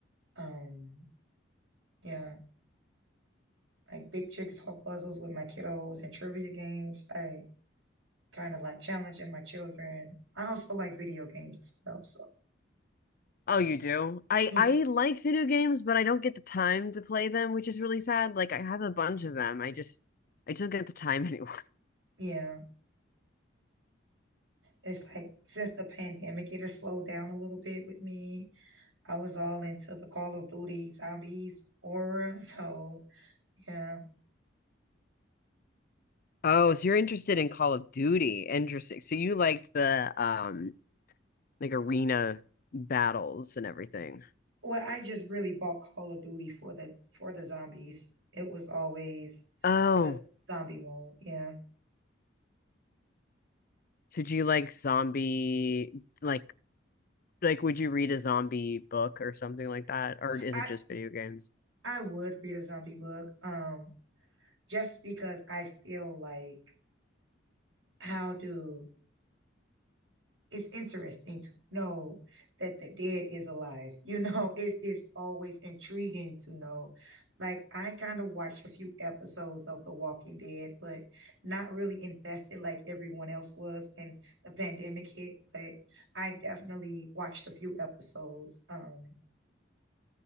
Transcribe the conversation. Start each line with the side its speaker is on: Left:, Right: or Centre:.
Right: Um yeah, like big jigsaw puzzles with my kiddos and trivia games. I kind of like challenging my children. I also like video games as well. So,
Left: Oh, you do? I
Right: yeah,
Left: I like video games, but I don't get the time to play them, which is really sad. Like I have a bunch of them. I just I just don't get the time <laughs> anymore.
Right: yeah. It's like since the pandemic, it has slowed down a little bit with me. I was all into the Call of Duty zombies aura. <laughs> So, yeah.
Left: Oh, so you're interested in Call of Duty. Interesting. So you liked the um like arena battles and everything.
Right: Well, I just really bought Call of Duty for the for the zombies. It was always
Left: Oh,
Right: for the zombie mode. Yeah.
Left: so do you like zombie like like would you read a zombie book or something like that? Or is
Right: I
Left: it just video games?
Right: I would read a zombie book um just because I feel like how do it's interesting to know that the dead is alive. <laughs> You know, it is always intriguing to know. Like I kind of watched a few episodes of The Walking Dead, but not really invested like everyone else was when the pandemic hit. But I definitely watched a few episodes. Um,